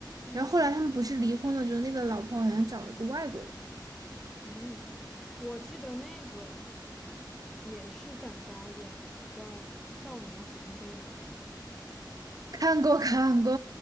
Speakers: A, in the centre; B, on the right.
A: 嗯。
B: 然后后来他们不是离婚了之后，那个老婆好像找了一个外国人。
A: 嗯，我记得那个也是展昭演的，叫《少年黄飞鸿》。
B: 看过看过，